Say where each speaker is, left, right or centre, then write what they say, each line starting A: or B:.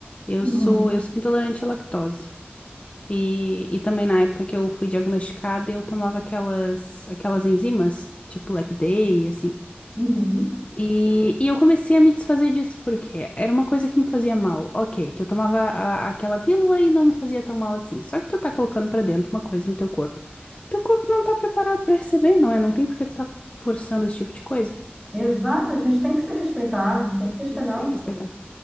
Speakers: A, on the left; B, in the centre.
A: Eu
B: Uhum.
A: sou, eu sou intolerante à lactose. E, e também na época que eu fui diagnosticada, eu tomava aquelas, aquelas enzimas, tipo Lec Day, assim.
B: Uhum.
A: E, e eu comecei a me desfazer disso, porque era uma coisa que me fazia mal. Ok, que eu tomava a- aquela pílula e não me fazia tão mal assim. Só que tu tá colocando pra dentro uma coisa no teu corpo. Teu corpo não tá preparado pra receber, não é? Não tem por que tu tá forçando esse tipo de coisa.
B: Exato, a gente tem que se respeitar, tem que respeitar
A: A gente tem
B: o nosso
A: que respeitar.
B: corpo.